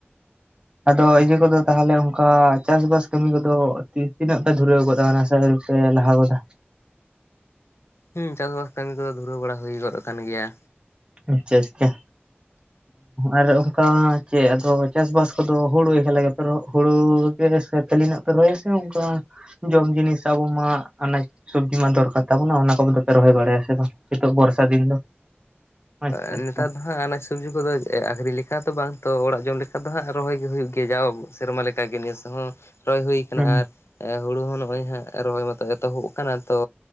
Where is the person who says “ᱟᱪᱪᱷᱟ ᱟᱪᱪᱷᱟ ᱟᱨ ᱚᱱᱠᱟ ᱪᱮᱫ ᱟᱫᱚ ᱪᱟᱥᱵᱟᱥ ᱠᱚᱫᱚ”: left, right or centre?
Right